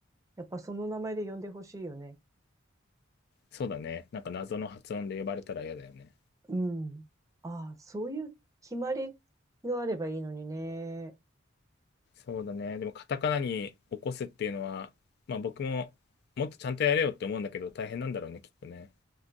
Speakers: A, on the right; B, on the left.
A: やっぱその名前で呼んでほしいよね。
B: そうだね。なんか謎の発音で呼ばれたら嫌だよね。
A: うん。ああ、そういう決まりがあればいいのにね。
B: そうだね。でもカタカナに起こすっていうのは、まあ僕ももっとちゃんとやれよって思うんだけど大変なんだろうね、きっとね。